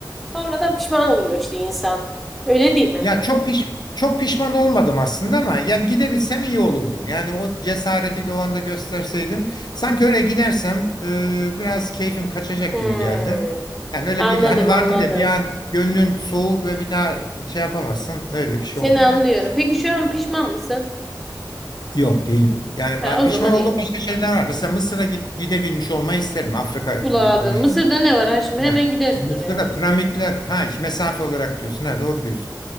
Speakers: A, in the centre; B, on the left.
A: sonradan pişman oluyor işte insan. Öyle değil mi?
B: Ya çok piş çok pişman olmadım aslında ama yani gidebilsem iyi olurdu. Yani o cesareti o anda gösterseydim sanki öyle gidersem e, biraz keyfim kaçacak
A: Hmm.
B: gibi geldi. Yani öyle
A: Anladım
B: bir hani vardır
A: anladım.
B: ya bir an gönlün soğur ve bir daha şey yapamazsın. Öyle bir şey
A: Seni
B: oldu
A: anlıyorum.
B: yani.
A: Peki şu an pişman mısın?
B: Yok değilim. Yani ba-
A: Ha, o
B: pişman
A: zaman
B: olduğum
A: iyi.
B: başka şeyler var. Mesela Mısır'a git- gidebilmiş olmayı isterim. Afrika e,
A: Ula abi
B: konuşun.
A: Mısır'da ne var ha hemen
B: Ya
A: gidersin
B: Mısır'da
A: oraya.
B: piramitler ha işte mesafe olarak diyorsun. Ha doğru diyorsun.